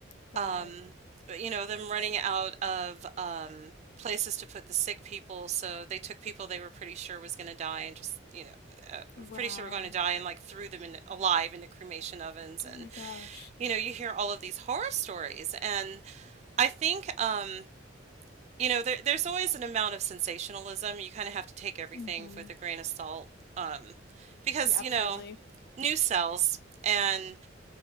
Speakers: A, on the left; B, on the right.
A: Wow.
B: Um, you know, them running out of um, places to put the sick people, so they took people they were pretty sure was going to die and just, you know, uh,
A: Wow.
B: pretty sure were going to die and like threw them in alive into cremation ovens and
A: Oh my gosh.
B: you know, you hear all of these horror stories and I think, um, you know, there, there's always an amount of sensationalism. You kind of have to take everything
A: Mm-hmm.
B: with a grain of salt, um, because,
A: Yeah, absolutely.
B: you know, news sells, and